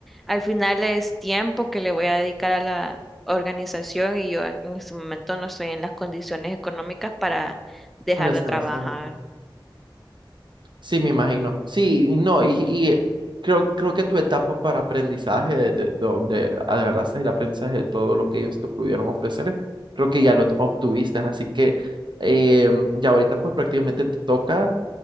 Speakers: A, in the centre; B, on the right (about 65°).
A: al final es tiempo que le voy a dedicar a la organización y yo en, en este momento no estoy en las condiciones económicas para dejar
B: Para estar
A: de trabajar.
B: haciendo. Sí, me imagino. Sí, no, y, y eh, creo, creo que tu etapa para aprendizaje, de, de donde agarraste el aprendizaje de todo lo que ellos te pudieron ofrecer, creo que ya lo obtuviste. Así que eh, ya ahorita pues prácticamente te toca